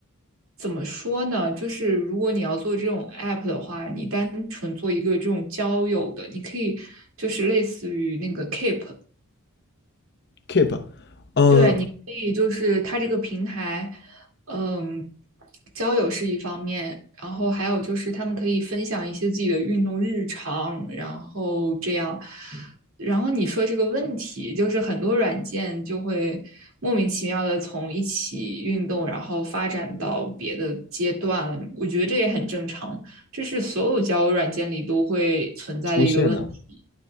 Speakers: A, on the right (about 65°); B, on the left (about 50°).
A: 怎么说呢？就是如果你要做这种 app 的话，你单纯做一个这种交友的，你可以就是类似于那个 Keep，
B: Keep，呃，
A: 对，你可以就是它这个平台，嗯，交友是一方面，然后还有就是他们可以分享一些自己的运动日常，然后这样，然后你说这个问题，就是很多软件就会莫名其妙的从一起运动，然后发展到别的阶段，我觉得这也很正常，这是所有交友软件里都会存在的一个问题。
B: 出现了